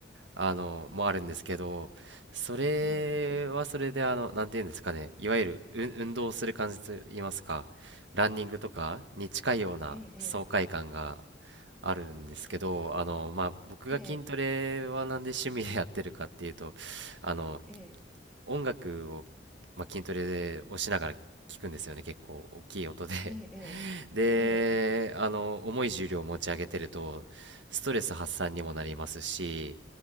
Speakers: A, on the right (about 80°); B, in the centre.
A: あの、もあるんですけど、それはそれで、
B: ええ、
A: あの、なんていうんですかね、いわゆる、う運動する感じと言いますか、ランニングとかに近いような爽快感が
B: ええ、
A: あるんですけど、あの、まあ、僕が筋トレはなんで趣味でやってるかっていうと、
B: ええ、
A: あの、
B: ええ、
A: 音楽を、まあ、筋トレをしながら聞くんですよね、結構大きい音で
B: ええ、
A: で、
B: ええ、
A: あの、重い重量を持ち上げてると、ストレス発散にもなりますし、